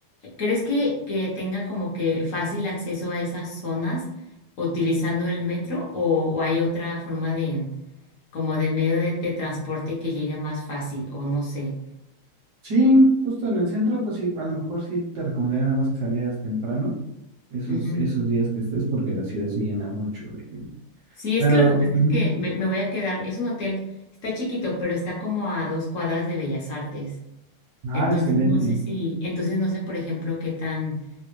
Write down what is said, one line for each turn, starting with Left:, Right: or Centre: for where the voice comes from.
Left: ¿Crees que, que tenga como que fácil acceso a esas zonas utilizando el metro o, o hay otra forma de... como de medio de, de transporte que llegue más fácil o no sé.
Right: Sí, justo en el centro, pues sí, a lo mejor sí te recomendaría nada más que salieras temprano, esos,
Left: Ujú.
Right: esos días que estés, porque la ciudad se llena mucho de gente.
Left: Sí,
Right: Pero,
Left: es que lo que pasa
Right: ujú.
Left: es que me, me voy a quedar, es un hotel, está chiquito, pero está como a dos cuadras de Bellas Artes.
Right: Ah,
Left: Entonces
Right: excelente.
Left: no sé si, entonces no sé, por ejemplo, qué tan,